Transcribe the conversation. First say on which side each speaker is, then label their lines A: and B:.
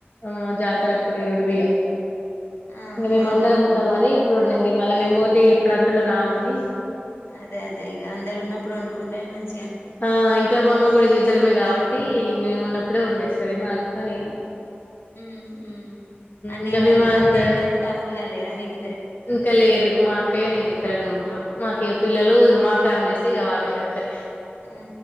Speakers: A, on the left (about 45°); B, on the left (about 70°).
A: ఆ జాతర
B: ఆహా
A: అప్పుడు ఒడిబియ్యం
B: ఆహా
A: ఇగా మేమందరం ఉన్నాం అ ఇప్పుడు ఉండుంది మళ్ళీ మేము పోతే ఇప్పుడు అంతలో రామని
B: అదే అదే ఇగ అందరు ఉన్నప్పుడు వండుకుంటే మంచి
A: ఆ ఇంకా మామ గుడికి ఇద్దరమే కాబట్టి ఉన్నప్పుడే ఉండేస్తుంది మా అక్క నేను
B: ఉహు అనే
A: ఇంకా
B: వాళ్ళు
A: మేము అంత
B: అన్నయ్య కాని తమ్ముడు కాని లేరా మిరి
A: ఇంకా లేరుగు మా అక్కయ నేను ఇద్దరమే ఉన్ మాకి పిల్లలు ఇగ మా ఫ్యామిలీస్ కావాలి అంతే
B: ఆ